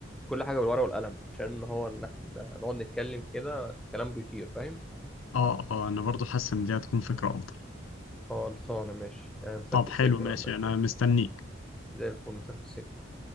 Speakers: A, in the centre; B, on the left.
A: كل حاجة بالورقة والقلم عشان هو ان احنا نقعد نتكلم كده الكلام بيطير فاهم
B: اه اه انا برضو حاسس ان دي هتكون فكره افضل
A: خلصانة ماشي آه، مسافة
B: طب
A: السكة
B: حلو ماشي
A: بقى ماشي
B: انا مستنيك
A: زي الفل مسافة السكة